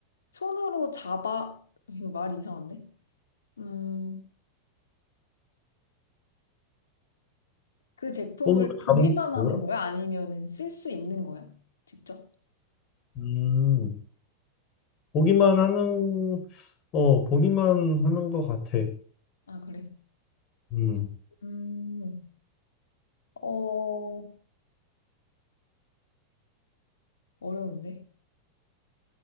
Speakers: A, on the left; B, on the left.
A: 손으로 잡아, 이거 말이 이상한데? 음, 그 제품을
B: 손으로
A: 보기만
B: 잡는 게
A: 하는
B: 뭐야?
A: 거야? 아니면은 쓸 수 있는 거야? 직접?
B: 음, 보기만 하는, 어, 보기만 하는 것 같아.
A: 아, 그래.
B: 음,
A: 음, 어, 어려운데?